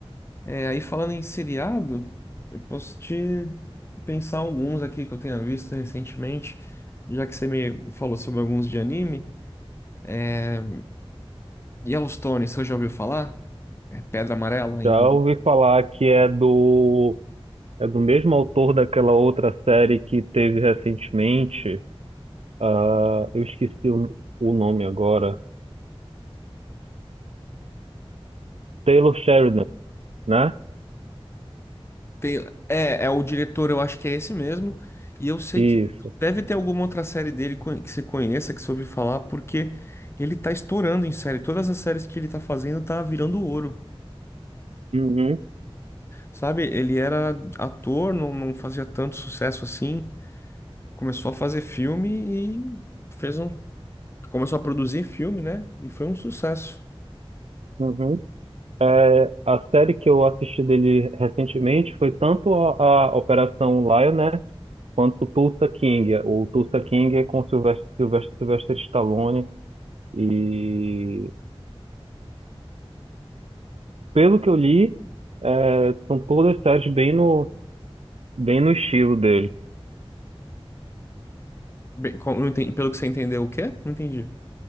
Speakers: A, on the left; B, on the right.
A: É, aí falando em seriado, eu posso te pensar alguns aqui que eu tenha visto recentemente, já que você me falou sobre alguns de anime. É, Yellowstone, você já ouviu falar? É Pedra Amarela em...
B: Já ouvi falar que é do, é do mesmo autor daquela outra série que teve recentemente. Ah, eu esqueci o, o nome agora. Taylor Sheridan, né?
A: tem- É, é o diretor, eu acho que é esse mesmo. E eu sei
B: Isso.
A: que deve ter alguma outra série dele co- que você conheça, que você ouviu falar, porque ele tá estourando em série. Todas as séries que ele tá fazendo tá virando ouro.
B: Uhum,
A: Sabe? Ele era ator, não, não fazia tanto sucesso assim. começou a fazer filme e fez um. Começou a produzir filme, né? E foi um sucesso.
B: uhum. É, a série que eu assisti dele recentemente foi tanto a, a Operação Lioness quanto Tulsa King. O Tulsa King é com Sylvester, Sylvester, Sylvester Stallone. E pelo que eu li, é, são todas séries bem no, bem no estilo dele.
A: Bem, como- não entendi- pelo que você entendeu, o quê? Não entendi.